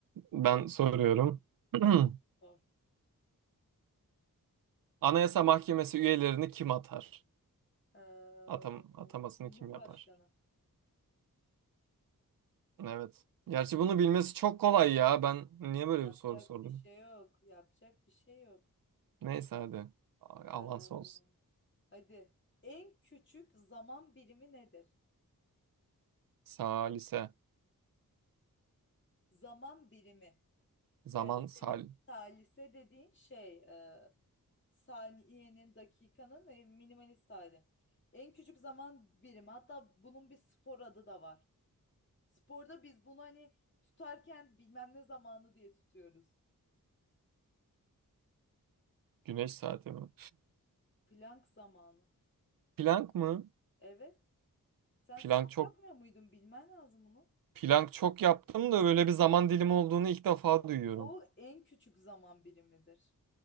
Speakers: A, on the right (about 80°); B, on the left (about 35°).
A: ben soruyorum. <clears throat>
B: Zor.
A: Anayasa Mahkemesi üyelerini kim atar?
B: Ee,
A: Atam atamasını
B: Cumhurbaşkanı.
A: kim yapar? Evet. Gerçi bunu bilmesi çok kolay ya. Ben niye böyle
B: Yapacak
A: bir soru sordum?
B: bir şey yok. Yapacak bir şey yok.
A: Neyse hadi. Avans
B: Ee,
A: olsun.
B: hadi. En küçük zaman birimi nedir?
A: Salise.
B: Zaman birimi.
A: Zaman
B: Ee,
A: sal.
B: senin salise dediğin şey e, saniyenin, dakikanın e, minimalist hali. En küçük zaman birimi. Hatta bunun bir spor adı da var. Sporda biz bunu hani tutarken bilmem ne zamanı diye tutuyoruz.
A: Güneş saati mi?
B: Plank zamanı.
A: Planck mı?
B: Evet. Sen
A: Plank
B: spor
A: çok
B: yapmıyor muydun? Bilmen lazım bunu.
A: plank çok yaptım da böyle bir zaman dilimi olduğunu ilk defa duyuyorum.
B: O en küçük zaman birimidir.